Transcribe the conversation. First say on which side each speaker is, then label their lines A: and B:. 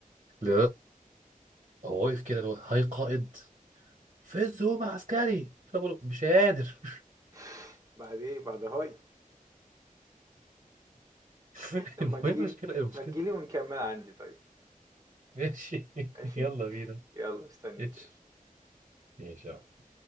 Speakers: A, on the right; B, on the right.
A: ل- هو واقف كده اللي هو هاي قائد فز هو عسكري فانا بقول له مش قادر
B: <laughs> بعد إيه، بعد هاي.
A: <laughs>
B: طب
A: المهم
B: ما تيجي
A: المشكله
B: لي
A: المشكله
B: ما تيجي لي ونكمّلها عندي طيب،
A: ماشي <laughs>
B: ماشي؟
A: يلا بينا
B: يالّا مستنيك
A: ماشي
B: يا باشا.
A: ماشي يا عم.